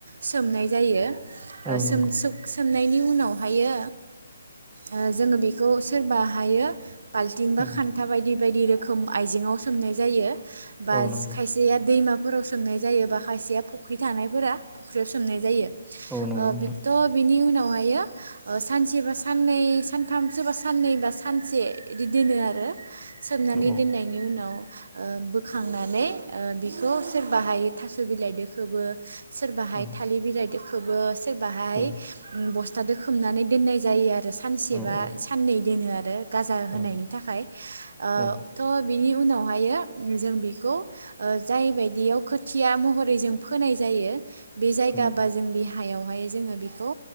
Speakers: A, on the right; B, in the centre.
A: सोमनाय जायो।
B: औ
A: ओ सोम
B: नंगौ
A: सोख सो सोमनायनि उनावहायो ओ जोङो बेखौ सोरबा हायो बाल्थिं बा
B: औ
A: खान्था बायदि बायदि रोखोम आइजेेङाव सोमनाय जायो। बा
B: औ नंगौ
A: खायसेया दैमा फोराव सोमनाय जायो बा माखासेया फुख्रि थानायफोरा फुख्रियाव सोमनाय जायो।
B: औ नंगौ
A: ओ
B: नंगौ
A: बिबथ बिनि उनावहायो ओ सानसे बा साननै सानथाम सोरबा साननै बा सानसे इदि दोनो आरो। सोमनानै
B: औ औ
A: दोननायनि उनाव <unintelligible> ओ बोखांनानै ओ बिखौ सोरबाहायो थास बिलाइदो खोबो। सोरबाहाय
B: औ
A: थालिर बिलाइदो खोबो सोरबाहाय
B: औ
A: बस थादो खोमनानै दोननाय जायो आरो। सानसेबा
B: औ औ
A: साननै दोनोआरो। गाजा होनायनि
B: औ
A: थाखाय ओ
B: औ नंगौ औ
A: थ बेनि उनावहायो जों बेखौ ओ जायबायदियाव खोथिया महरै जों फोनाय जायो बे जायगाबा
B: औ नंगौ
A: जों बिहा हायावहाय जोङो बेखौ